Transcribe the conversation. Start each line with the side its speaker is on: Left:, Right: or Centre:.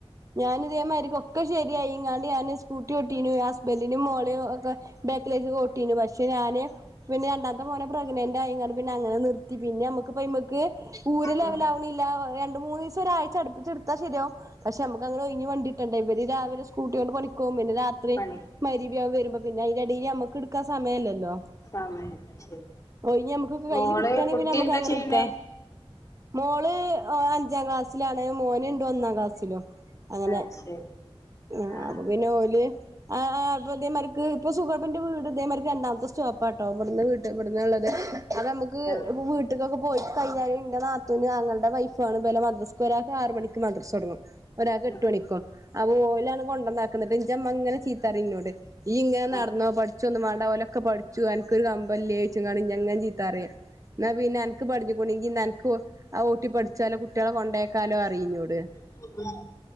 Right: ഞാനി ഇതേമാരിക്കും ഒക്കെ ശരിയായി ഇങ്ങാണ്ട് ഞാാന് സ്കൂട്ടി ഒട്ടീനു സ്ബന്റിിനും മോളെയും ഒെ ബേക്കില ഓട്ടിു പക്ഷെ ഞാന് പിന്നെ രണ്ടാത്തെ മനെ പ്രഗ്നന്റെ അ പിന്നെ അങ്ങനെ നിർത്തി പിന്നെ നമ്മുക്ക്മക്ക് പൂര ലെവലാവണില്ല
Left: ഉം
Right: രണ്ട മൂന്ന് ദിവസം ഒരാഴ് ചടിപ്പിച്ചെടുത്താ ശരിയാവും പക്ഷെ നമു അങ്ങന ഒഴിഞ് വണ്ടിട്ടുണ്ട ഇര് രിലെ സ്കൂട്ടി കൊണ്ട് പണിക്കക രാത്രി
Left: പണിക്ക്
Right: മഗ്‌രിബാകും വരുമ്പോ പിന്നെ ഇതിന്റെടടിയിൽ നമ്മക്ക്ടുക്കാൻ സമയമല്ലല്ലോ
Left: സമയല്ല ശരി
Right: ഓ ഇ നമുക്ക്ൊക്ക കയ്യില്
Left: മോള്
Right: കിട്ടയാണെങ്ക
Left: കുട്ടി
Right: പിന്നെ നമ്മുക്ക്
Left: എന്താ
Right: അങ്ങനെ
Left: ചെയ്യണേ
Right: എടുക്കാ മോള് അഞ്ചാം ക്ലാസ്സിലാണ് മോനുണ്ട് ഒന്നാം ക്ലാസ്സിലും അങ്ങനെ
Left: അത് ശരി
Right: ആ
Left: ആഹ്
Right: അപ്പൊ പിന്നെ ഓല് ആ അപ്പ അതേമാതിർക്ക് ഇപ്പ സുഗർപ്പിന്റെ വീട് ഇതേമാക്ക് രണ്ടാമത്തെ സ്റ്റോപ്പാട്ടോ ഇവിടടുന്ന് വീട്ട് ഇവിടന്ന്ള്ളത് അത് നമുക്ക്
Left: ആഹ്
Right: ഇപ്പൊ വീട്ടക്കൊക്കെ പോയിട്ട് കഴിഞ്ഞാലും എന്റെ നാത്തൂന് തഞങ്ങളുടെ വൈഫു ആണ് ഇലെ മദ്രാസ്ക്ക് ഒരാെ ആറ മണിക്ക് മദ്രാസ് തുടങ്ങും ഒരാൾക്ക്
Left: ആഹ്
Right: എട്ട് മണിക്കും അവ ഓലാണ് കൊണ്ടുവന്നാക്കുന്നത് അങ്ങനെ റിഞ്ഞോൂടെ ഈ ഇങ്ങനെ നടന്നോ
Left: ആഹ്
Right: പഠിച്ചോ ഒന്ന് മണ്ട പോലൊക്കെ പഠിച്ചു എനിക്കൊരു കമ്പംല്േിച്ച ജതാര എന്നാ പിന്നെ എനക്ക് പഠഞ്ഞൊണ്ടെങ്കി എനക്ക് ആ ഊട്ടി പഠിച്ചാലോ കുട്ടികളെ കൊണ്ടേക്കാലോ അറിയിഞ്ഞൂട്
Left: ഉം <unintelligible>